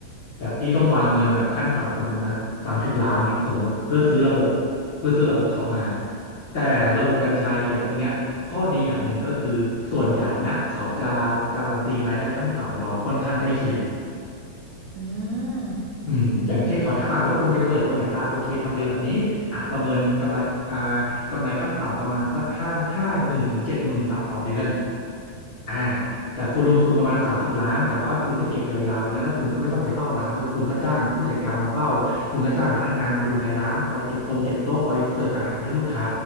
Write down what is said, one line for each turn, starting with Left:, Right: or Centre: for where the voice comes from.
Left: แบบพี่ต้องวางเงินแบบขั้นต่ำสมมุตินะสามสิบล้านเนี่ยสมมุติเพื่อซื้อระบบเพื่อซื้อระบบเขามา แต่ระบบแฟรนไชส์แก่พวกเนี้ยข้อดีอย่างหนึ่งก็คือส่วนใหญ่นะเขาจะการันตีรายได้ขั้นต่ำเราค่อนข้างใกล้เคียง
Right: อืม
Left: อืมอย่างเช่นเขาถามอ่ะแล้วคุณจะไปเปิดตรงไหนล่ะโอเคทำเลแบบนี้อ่ะประเมินกำไรอ่ากำไรขั้นต่ำประมาณสักห้าห้าหมื่นถึงเจ็ดหมื่นบาทต่อเดือน อ่าแต่คุณลงทุนประมาณสามสิบล้านแต่ว่าคุณได้เก็บยาวๆเลยนะแล้วคุณก็ไม่ต้องไปเฝ้าร้านด้วยคุณก็จ้างผู้จัดการมาเฝ้าคุณก็จ้างพนักงานมาดูแลร้านคอยเก็บตรงเก็บโต๊ะคอยเสิร์ฟอาหารให้ลูกค้า